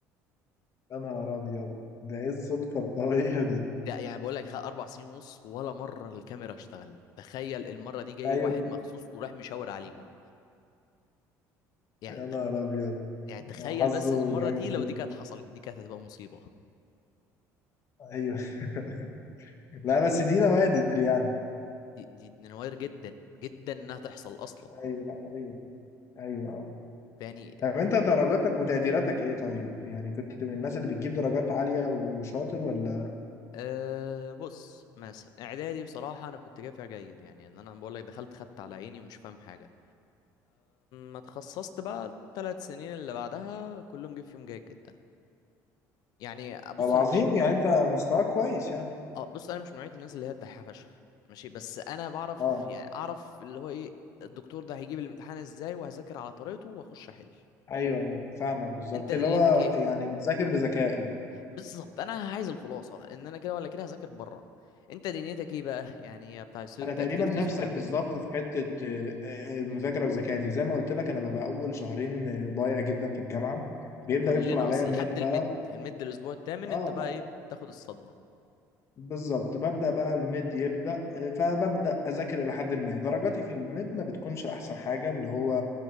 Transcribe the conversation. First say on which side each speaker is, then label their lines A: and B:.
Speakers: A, on the left (about 45°); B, on the left (about 70°).
A: أنا أبيض ده إيه الصدفة القوية دي
B: لا يعني بقول لك اربع سنين ونص ولا مره الكاميرا اشتغلت تخيل المره دي جاي
A: أيوه
B: واحد مخصوص وراح مشاور عليهم يعني
A: يا نهار
B: ت...
A: ابيض
B: يعني
A: ده
B: تخيل
A: حظه
B: بس المره
A: جامد
B: دي
A: جدا
B: لو دي كانت حصلت دي كانت هتبقى مصيبه
A: ايوه <laughs> لا بس دي نوادر يعني
B: دي دي دي نوادر جدا جدا انها تحصل اصلا
A: ايوه ايوه ايوه آه.
B: يعني
A: طب انت درجاتك وتقديراتك ايه طيب؟ يعني كنت من الناس اللي بتجيب درجات عالية وشاطر ولا؟
B: أه بص مثلا اعدادي بصراحه انا كنت جايب فيها جيد يعني ان انا بقول لك دخلت خدت على عيني ومش فاهم حاجه ما اتخصصت بقى الثلاث سنين اللي بعدها كلهم جيب فيهم جيد جدا يعني بص
A: طب عظيم
B: انا مش
A: يعني انت مستواك كويس يعني
B: اه بص انا مش من نوعيه الناس اللي هي الدحيحه فشخ ماشي بس انا بعرف
A: اه
B: يعني اعرف اللي هو ايه الدكتور ده هيجيب الامتحان ازاي وهذاكر على طريقته واخش احل
A: ايوه فاهمك بالظبط
B: انت دنيتك
A: اللي هو
B: ايه
A: يعني بتذاكر بذكاء يعني
B: بالظبط انا عايز الخلاصه ان انا كده ولا كده هذاكر بره انت دنيتك ايه بقى يعني بتاع الستودنت
A: انا تقريبا
B: اكتيفيتيز
A: نفسك
B: والكلام
A: بالظبط
B: ده
A: في حتة آه، آه، المذاكرة بذكاء دي زي ما قلت لك انا ببقى اول شهرين آه، ضايع جدا في الجامعة
B: هو
A: بيبدأ
B: كلنا
A: يدخل عليا
B: اصلا
A: الميد
B: لحد المد
A: بقى
B: المد الاسبوع الثامن
A: اه
B: انت بقى ايه بتاخد الصدمه
A: بالظبط ببدأ بقى الميد يبدأ فببدأ أذاكر إلى حد ما درجاتي في الميد ما بتكونش أحسن حاجة اللي هو